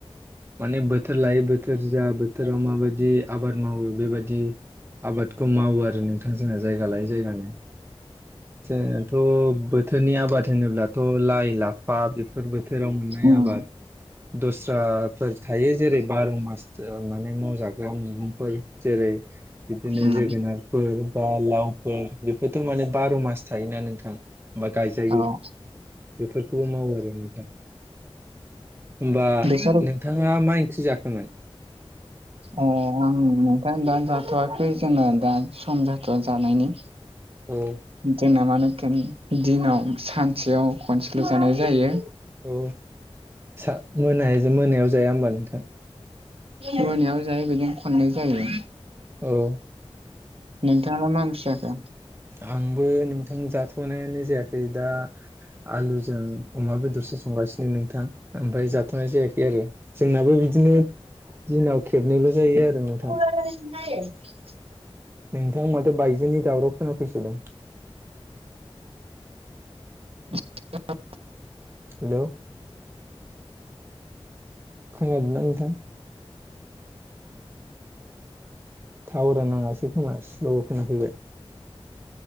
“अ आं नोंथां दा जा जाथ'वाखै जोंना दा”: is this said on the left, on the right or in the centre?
Right